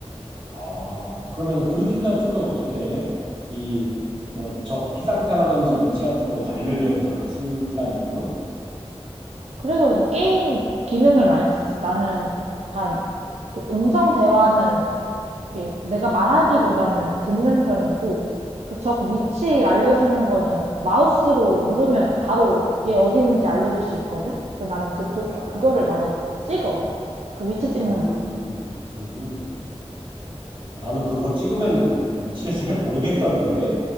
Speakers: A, on the right; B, on the right.
A: 아, 그러면은 브리핑 같은 건 어떻게 해? 이, 뭐, 적 피상태라든지 위치 같은 거 이제 알려줘야 되잖아, 순간적으로.
B: 그래서 이제 게임 기능을 많이 쓰지. 나는 약간 그 음성 대화는 예, 내가 말하기보다는 듣는 편이고, 그 적 위치 알려주는 거는 마우스로 누르면 바로 얘 어디 있는지 알려줄 수 있거든? 그래서 나는 그, 부-
A: 아,
B: 그거를 많이 찍어. 그 위치 찍는
A: 음,
B: 거.
A: 음. 아, 나는 그거 찍으면은 그 위치를 <laughs> 잘 모르겠던데.